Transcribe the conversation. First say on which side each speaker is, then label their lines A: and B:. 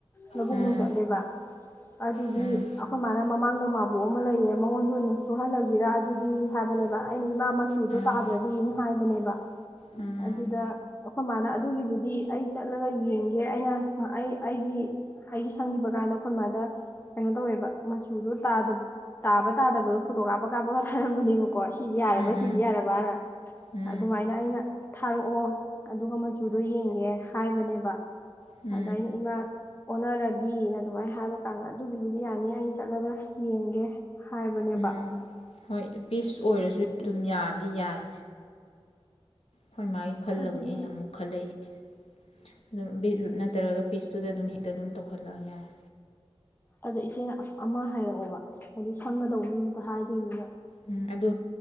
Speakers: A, on the left; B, on the left.
A: ꯂꯧꯕꯨꯡ
B: ꯎꯝ
A: ꯃꯨꯛ ꯆꯠꯂꯦꯕ ꯑꯗꯨꯒꯤ
B: ꯎꯝ
A: ꯑꯈꯣꯏ ꯃꯥꯅ ꯃꯃꯥꯡꯗ ꯃꯕꯣꯛ ꯑꯃ ꯂꯩꯌꯦ ꯃꯉꯣꯟꯗ ꯑꯣꯏꯅ ꯁꯨꯍꯜꯂꯁꯤꯔ ꯑꯗꯨꯗꯤ ꯍꯥꯏꯕꯅꯦꯕ ꯑꯩꯅ ꯏꯃꯥ ꯃꯆꯨꯗꯣ
B: ꯎꯝ
A: ꯇꯥꯗ꯭ꯔꯗꯤꯅ ꯍꯥꯏꯕꯅꯦꯕ
B: ꯎꯝ
A: ꯑꯗꯨꯗ ꯑꯩꯈꯣꯏ ꯃꯥꯅ ꯑꯗꯨꯒꯤꯕꯨꯗꯤ ꯑꯩ ꯆꯠꯂꯒ ꯌꯦꯡꯒꯦ ꯑꯩꯅ ꯑꯩ ꯑꯩꯒꯤ ꯍꯥꯏꯗꯤ ꯁꯪꯈꯤꯕ ꯀꯥꯟꯗ ꯑꯩꯈꯣꯏ ꯃꯥꯗ ꯀꯩꯅꯣ ꯇꯧꯋꯦꯕ ꯃꯆꯨꯗꯣ ꯇꯥꯕ ꯇꯥꯗꯕꯗꯣ ꯐꯣꯇꯣ ꯀꯥꯞꯄ ꯀꯥꯞꯄꯒ ꯊꯥꯔꯛꯄꯅꯦꯕꯀꯣ ꯀꯣ ꯁꯤꯁꯦ ꯌꯥꯔꯕ꯭ꯔꯥ
B: ꯎꯝ
A: ꯁꯤꯁꯦ ꯌꯥꯔꯕꯅ
B: ꯎꯝ
A: ꯑꯗꯨꯃꯥꯏꯅ ꯑꯩꯅ ꯊꯥꯔꯛꯑꯣ ꯑꯗꯨꯒ ꯃꯆꯨꯗꯣ ꯌꯦꯡꯒꯦ ꯍꯥꯏꯕꯅꯦꯕ
B: ꯎꯝ
A: ꯑꯗ ꯑꯩꯅ ꯏꯃꯥ ꯑꯣꯅꯔꯗꯤꯅ ꯑꯗꯨꯃꯥꯏꯅ ꯍꯥꯏꯕ ꯀꯥꯟꯗ ꯑꯗꯨꯒꯤꯕꯨꯗꯤ ꯌꯥꯅꯤ ꯑꯩꯅ ꯆꯠꯂꯒ ꯌꯦꯡꯒꯦ ꯍꯥꯏꯕꯅꯦꯕ
B: ꯎꯝ ꯍꯣꯏ ꯄꯤꯁ ꯑꯣꯏꯔꯁꯨ ꯑꯗꯨꯝ ꯌꯥꯗꯤ ꯌꯥꯏ ꯍꯣꯏ ꯃꯥꯏ ꯈꯜꯂꯒꯅꯦ
A: ꯑꯗꯨꯗꯤ
B: ꯑꯩꯅ ꯑꯃꯨꯛ ꯈꯜꯂꯛꯏꯁꯦ ꯑꯗꯨꯝ ꯕꯤꯠꯔꯨꯠ ꯅꯠꯇ꯭ꯔꯒ ꯄꯤꯁꯇꯨꯗ ꯑꯗꯨꯝ ꯍꯦꯛꯇ ꯑꯗꯨꯝ ꯇꯧꯍꯜꯂꯛ ꯌꯥꯔꯦ
A: ꯑꯗꯣ ꯏꯆꯦꯅ ꯑꯃ ꯍꯥꯏꯔꯛꯑꯣꯕ ꯍꯥꯏꯗꯤ ꯁꯪꯒꯗꯧꯕ ꯃꯤꯗꯨꯗ ꯍꯥꯏꯗꯣꯏꯅꯤꯅ
B: ꯎꯝ ꯑꯗꯨ